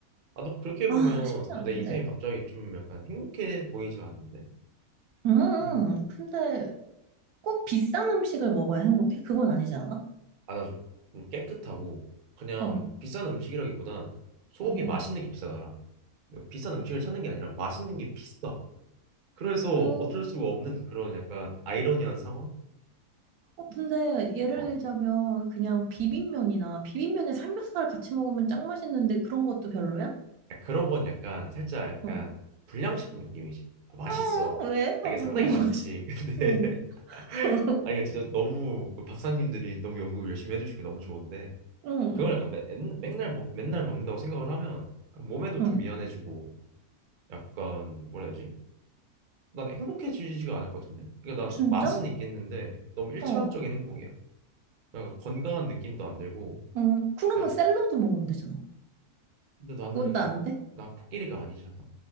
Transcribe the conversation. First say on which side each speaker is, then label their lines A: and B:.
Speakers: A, on the right; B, on the right.
A: 아, 너 그렇게
B: 아,
A: 보면
B: 쉽지
A: 또
B: 않은데?
A: 내 인생이 갑자기 좀 약간 행복해 보이지가 않는데?
B: 음,
A: 그럼
B: 근데 꼭 비싼 음식을 먹어야 행복해? 그건 아니지 않아?
A: 아, 나좀 깨끗하고 그냥
B: 어, 어,
A: 비싼 음식이라기보단 소고기
B: 어.
A: 맛있는 게 비싸더라. 그러니까 비싼 음식을 찾는 게 아니라 맛있는 게 비싸. 그래서
B: 어,
A: 어쩔 수가 없는 그런 약간 아이러니한 상황?
B: 어, 근데 예를
A: 어.
B: 들자면 그냥 비빔면이나 비빔면에 삼겹살 같이 먹으면 짱 맛있는데 그런 것도 별로야?
A: 아, 그런 건 약간 살짝 약간
B: 어.
A: 불량식품 느낌이지. 아, 맛있어.
B: 어, 왜?
A: 아,
B: 어,
A: 이게
B: 너무
A: 상당히 맛있지.
B: 맛있.
A: 근데
B: 응.
A: <laughs>
B: <laughs>
A: 아 이게 진짜 너무 그 박사님들이 너무 연구 열심히 해주시고 너무 좋은데
B: 응.
A: 그걸 약간 맨, 맨날 먹, 맨날 먹는다고 생각을 하면 몸에도
B: 응.
A: 좀 미안해지고 약간 뭐라 해야 되지? 난 행복해지지가 않을 것 같은데. 그러니까 난
B: 진짜?
A: 맛은 있겠는데 너무 일차원적인
B: 어.
A: 행복이야. 그러니까 건강한 느낌도 안 들고
B: 응. 그러면
A: 약
B: 샐러드 먹으면 되잖아.
A: 근데 나는
B: 그건 또 안 돼?
A: 난 코끼리가 아니잖아.